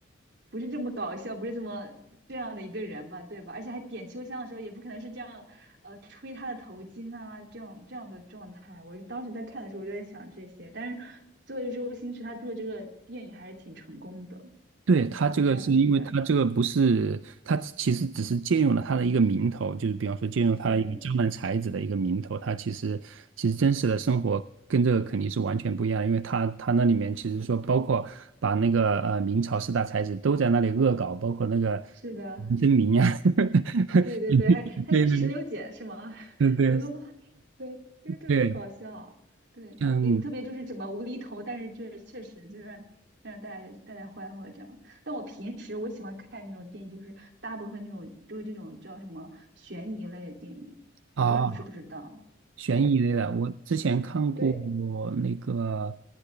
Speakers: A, on the right (about 65°); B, on the right (about 80°).
A: 不是这么搞笑，不是这么这样的一个人吧，对吧？而且还点秋香的时候，也不可能是这样，呃，吹他的头巾啊，这样这样的状态。我当时在看的时候，我就在想这些。但是作为周星驰，他做这个电影还是挺成功的，
B: 对，它这个是因为它这个不是，
A: 就让对
B: 它其实只是借用了它的一个名头，就是比方说借用它一个江南才子的一个名头，
A: 对，
B: 它其实其实真实的生活跟这个肯定是完全不一样的因为它它那里面其实说包括把那个呃明朝四大才子都在那里恶搞，包括那个
A: 是的。
B: 林正明呀，<laughs>
A: 对对对，还还跟石榴姐是吗？
B: 对对
A: <laughs>
B: 对对
A: 我都，妈，对，就是特别搞笑，
B: 对，
A: 对，
B: 像
A: 也特别就是怎么无厘头，但是确确实就是让让大家带来欢乐这样。但我平时我喜欢看那种电影，就是大部分那种就是这种叫什么悬疑类的电影，
B: 啊。
A: 我不知道你知不知道？
B: 悬疑类的，
A: 对
B: 我之前看过
A: 对，
B: 那个